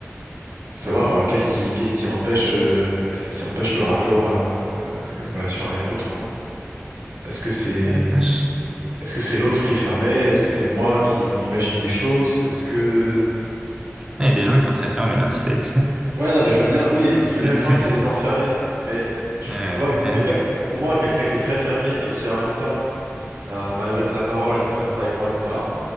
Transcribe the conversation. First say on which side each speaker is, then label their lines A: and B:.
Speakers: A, on the right; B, on the right.
A: savoir
B: d'accord.
A: euh, qu'est-ce qui, qu'est-ce qui empêche, euh, qu'est-ce qui empêche le rapport, euh, la relation avec l'autre, quoi. Est-ce que c'est,
B: Ouais, je-
A: est-ce que c'est l'autre qui est fermé? Est-ce que c'est moi qui m'imagine des choses? Est-ce que
B: Il y a des gens qui sont très fermés, hein, tu sais.
A: Ouais, non, mais je veux bien, oui, je veux
B: <laughs>
A: bien croire qu'il y a des gens fermés, mais tu,
B: Ouais,
A: tu vois, quelqu'un,
B: ouais.
A: pour pour moi, quelqu'un qui est très fermé et qui en même temps euh, m'a adressé la parole, a été très sympa avec moi, etc.